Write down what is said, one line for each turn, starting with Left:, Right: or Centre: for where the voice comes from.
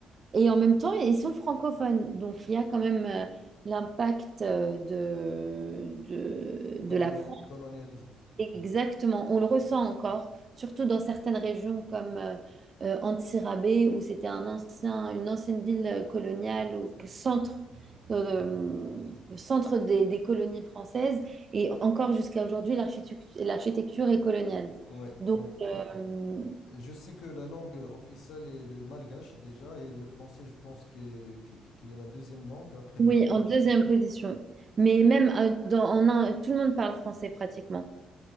Right: Et en même temps, ils sont francophones. Donc, il y a quand même euh, l'impact euh, de, de, de
Left: Colonia-
Right: la France.
Left: colonialisme.
Right: Exactement. On le ressent encore, surtout dans certaines régions comme euh, euh, Antsirabé, où c'était un ancien, une ancienne ville euh, coloniale ou que- centre, que, euh, le centre des, des colonies françaises. Et encore jusqu'à aujourd'hui, l'architecture l'architecture est coloniale.
Left: Oui,
Right: Donc,
Left: oui.
Right: euh,
Left: Je sais que la langue officielle est le malgache déjà et le français, je pense que- qu'il qu'il est la deuxième langue après le
Right: Oui,
Left: malgache.
Right: en deuxième position. Mais même euh, dans, en un, tout le monde parle français pratiquement.